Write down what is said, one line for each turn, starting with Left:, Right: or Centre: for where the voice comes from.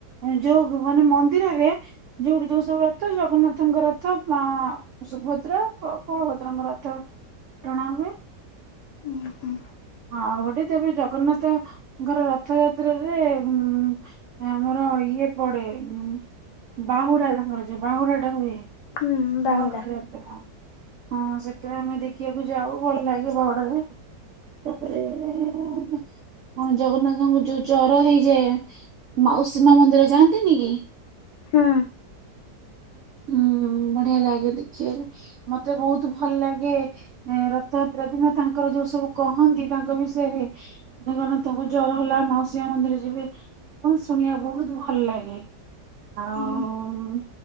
Right: ଏଁ ଯୋଉକୁ ମାନେ ମନ୍ଦିରରେ ଯୋଉଠି ଯୋଉ ସବୁ ରଥ ଜଗନ୍ନାଥଙ୍କ ରଥ ମଅ ସୁଭଦ୍ରା ବ ବଳଭଦ୍ରଙ୍କ ରଥ ଟଣାହୁଏ।
Left: ଉଁ ହୁଁ।
Right: ଆଉ ଗୋଟେ ତେବେ ଜଗନ୍ନାଥଙ୍କର ରଥଯାତ୍ରରେ ଉଁ ଆମର ଇଏ ପଡେ ଉଁ ବାହୁଡା ତାଙ୍କର ଯୋଉ ବାହୁଡାଟା ହୁଏ।
Left: ହୁଁ ବାହୁଡା
Right: କଁ କହିଲେ ହଁ ସେଟା ଆମେ ଦେଖିବାକୁ ଯାଉ ଭଲଲାଗେ ବାହୁଡାରେ। ତାପରେ ଏ ଆମେ ଆମ ଜଗନ୍ନାଥଙ୍କୁ ଯୋଉ ଜର ହେଇଯାଏ ମାଉସୀ ମାଆ ମନ୍ଦିର ଯାଆନ୍ତିନି କି।
Left: ହୁଁ।
Right: ହୁଁ ବଢିଆ ଲାଗେ ଦେଖିବାକୁ ମତେ ବୋହୁତ ଭଲଲାଗେ। ଏ ରଥଯାତ୍ରା ଦିନ ତାଙ୍କର ଯୋଉ ସବୁ କହନ୍ତି ତାଙ୍କ ବିଷୟରେ। ଜଗନ୍ନାଥଙ୍କୁ ଜର ହେଲା ମାଉସୀମାଆ ମନ୍ଦିର ଯିବେ। ପଣ ଶୁଣିବା ବୋହୁତ ଭଲ ଲାଗେ ଆଉ
Left: ହୁଁ